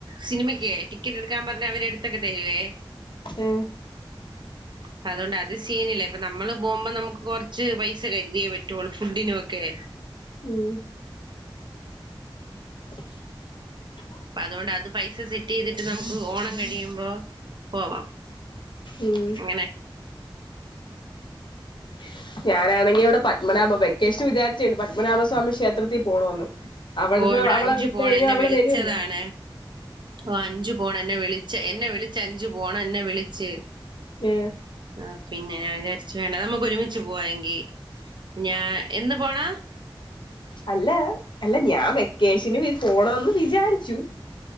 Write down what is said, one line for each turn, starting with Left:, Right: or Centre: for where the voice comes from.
Right: സിനിമക്ക് ടിക്കറ്റ് എടുക്കാൻ പറഞ്ഞ അവരെ എടുത്തൊക്കെ തരുവേ
Left: ഏ
Right: അപ്പ അതുകൊണ്ട് അത് സീനല്ല ഇപ്പ നമ്മള് പോകുമ്പോ നമുക്ക് കൊറ കുറച്ച് പൈസ കരുതയേ പറ്റുള്ളൂ ഫുഡിനുംക്കെ
Left: ഉം <inaudible>
Right: അപ്പ അതുകൊണ്ട് അത് പൈസ സെറ്റ് ചെയ്തിട്ട് നമുക്ക് ഓണം കഴിയുമ്പോ പോവാം
Left: ഉം
Right: അങ്ങനെ
Left: <inaudible> ഞാനാണെങ്കി ഇവിടെ പത്മനാഭ വെക്കേഷൻ വിചാരിച്ചിട്ടുണ്ട് പത്മനാഭസ്വാമി ക്ഷേത്രത്തിൽ പോണോന്ന് അവിടുന്ന്
Right: ഓ ഇവിടെ
Left: അവളെ
Right: അഞ്ചു
Left: വിളിച്ച
Right: പോണം
Left: കഴിഞ്ഞഞ്
Right: എന്നെ
Left: അവള്
Right: വിളിച്ചതാണ്
Left: വരൂല്ലേ
Right: ഓ അഞ്ചു പോണ എന്നെ വിളിിച്ച എന്നെ വിളിിച്ച അഞ്ചു പോണ എന്നെ വിളിച്
Left: ഏ
Right: ആ പിന്നെ ഞാൻ വിചാരിച്ച വേണ്ട നമുക്ക് ഒരുമിച്ച് പോവാ എെങ്കി ഞാ എന്ന് പോണ
Left: അല്ല അല്ല ഞാൻ വെക്കേഷന് പോണംന്ന് വിചാരിച്ചു